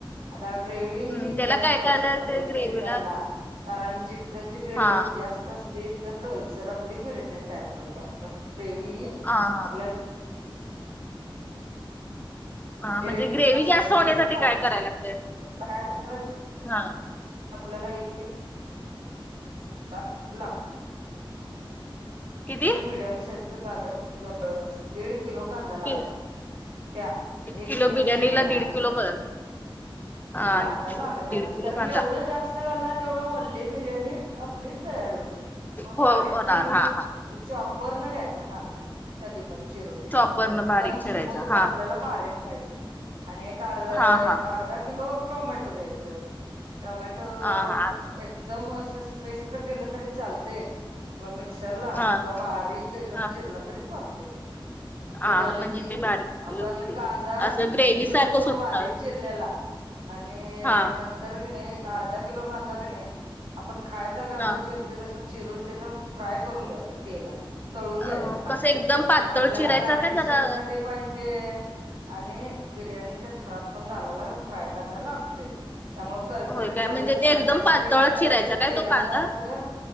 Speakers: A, on the right; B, on the left.
A: आता ग्रेव्ही
B: हम्म त्याला
A: जास्त
B: काय
A: पाहिजे.
B: काय लागतंय
A: आपल्याला
B: ग्रेव्हीला?
A: चिकनला कारण चि कनची ग्रेव्ही
B: हां
A: जास्त असली तर ओलसर आपली बिरणी तयार होत्या. ग्रेव्ही ही
B: हा हा,
A: आपल्या
B: हा
A: जे
B: म्हणजे ग्रेवी
A: असला
B: जास्त होण्यासाठी
A: तरी आपल्याला चालते.
B: काय कराय लागतय
A: काय करायच
B: हा.
A: आपल्याला एक की लो लाग
B: किती?
A: मीडियम साईज च कांदा जवळपास दीड किलो कांदा
B: किती
A: लागणार. त्या एक
B: किलो
A: किलोच्या
B: बिर्याणीला
A: हेला
B: दीड
A: आपल्याला,
B: किलो कर हा
A: कांदा
B: दीड
A: लागणारच
B: किलो
A: कारण
B: कांदा
A: जेवढं जास्त झााला. तेवढ वल्ली बिर्याणी आपली तयार होत्या. मग बारीक
B: हो होणार
A: चिरून
B: हा हा
A: चॉपर न घ्यायचा कांदा कधी पण चिरून
B: चॉपर
A: एकदम
B: न बारीक चिरायचा
A: स्मूथ
B: हा
A: आपल्याला बारीक पाहिजे. आणि एक अर्ध
B: हा हा
A: अर्धा किलो टोमॅटो घ्यायचं टोमॅटो
B: हा हा
A: एक एकदम अस पेस्ट केलं तरी चालते मिक्सरला
B: हा
A: किंवा बारीक एकदम
B: हा
A: चिरला तरी चालतय.
B: हा
A: ते झालं
B: म्हणजे
A: की
B: ते बारीक
A: आपण कांदा
B: असं ग्रेवी
A: दीड किलो
B: सारखं
A: तो
B: सुटणार
A: बारीक चि रेलेला आणि
B: हा
A: तर कणी एक अर्धा किलो कांदा कणी आपण खायचा कांदा
B: हा
A: चिर तोय तस चिरून त्याच फ्राय करून घ्यायचं तेलात तळून घ्यायचा
B: अ
A: कांदा
B: कसं एकदम पातळ
A: कारण आपल्याला
B: चिरायचा
A: गार्निशिंग
B: काय जरा
A: साठी पाहिजे. आणि बिर्याणीच्या थरात पण घालायला फ्राय कांदा लागतोय. त्यामुळे, करकरीत
B: होय काय
A: घाल
B: म्हणजे
A: करण्यासाठी
B: ते एकदम पातळ
A: काय करायचं
B: चिरायचा
A: तेलात
B: काय तो कांदा
A: असं,